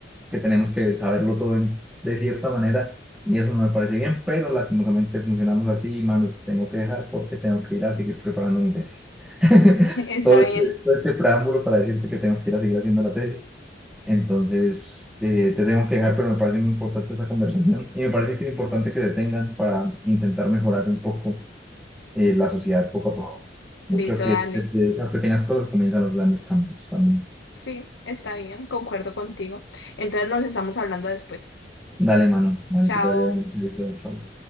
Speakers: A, in the centre; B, on the left.
A: que tenemos que saberlo todo en- de cierta manera y eso no me parece bien, pero lastimosamente funcionamos así, manos, tengo que dejar porque tengo que ir a seguir preparando mi tesis. <laughs>
B: <laughs> Está
A: Todo
B: bien,
A: este, todo este preámbulo para decirte que tengo que ir a seguir haciendo la tesis. Entonces, eh, te tengo que dejar, pero me parece muy importante esta conversación y me parece que es importante que se tengan para intentar mejorar un poco eh, la sociedad poco a poco. Yo
B: listo,
A: creo que
B: dale.
A: de, de esas pequeñas cosas comienzan los grandes cambios también.
B: Sí, está bien, concuerdo contigo. Entonces nos estamos hablando después.
A: Dale, mano, dale,
B: Chao.
A: que te vaya bien. Chao.